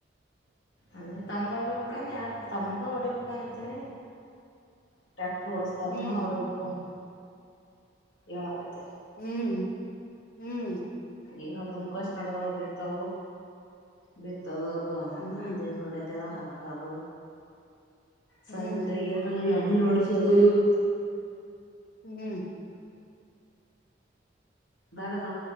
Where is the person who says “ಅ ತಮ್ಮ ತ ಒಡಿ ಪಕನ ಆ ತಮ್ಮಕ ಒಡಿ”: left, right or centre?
Left